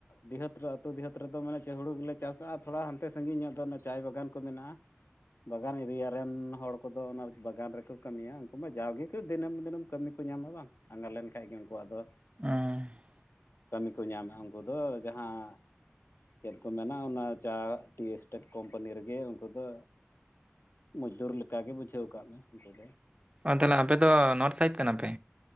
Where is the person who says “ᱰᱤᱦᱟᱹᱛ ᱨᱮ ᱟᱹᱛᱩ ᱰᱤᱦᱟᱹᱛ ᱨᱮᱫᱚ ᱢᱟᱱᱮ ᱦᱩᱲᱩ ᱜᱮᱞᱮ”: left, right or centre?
Left